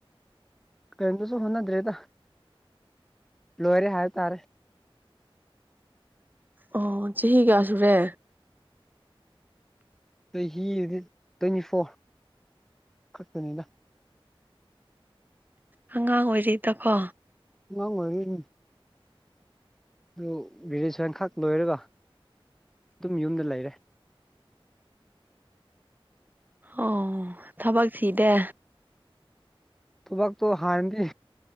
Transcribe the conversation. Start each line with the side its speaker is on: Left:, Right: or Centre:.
Centre: ꯀꯗꯁꯨꯣ ꯍꯅ ꯗ꯭ꯔꯦꯗ ꯂꯣꯏꯔꯦ ꯍꯥꯏꯕ ꯇꯥꯔꯦ
Right: ꯑꯣ ꯆꯍꯤ ꯀꯌꯥ ꯁꯨꯔꯦ
Centre: ꯆꯍꯤꯗꯤ ꯇ꯭ꯋꯦꯟꯇꯤ ꯐꯣꯔ ꯈꯛꯇꯅꯤꯅ
Right: ꯑꯉꯥꯡ ꯑꯣꯏꯔꯤꯩꯗꯀꯣ
Centre: ꯋꯥ ꯑꯣꯏ ꯑꯗꯨ ꯒꯦꯖꯌꯦꯁꯟ ꯈꯛ ꯂꯣꯏꯔꯒ ꯑꯗꯨꯝ ꯌꯨꯝꯗ ꯂꯩꯔꯦ
Right: ꯑꯣ ꯊꯕꯛꯁꯤ ꯗꯦ
Centre: ꯊ ꯋꯥꯛꯇ ꯍꯥꯟꯗꯤ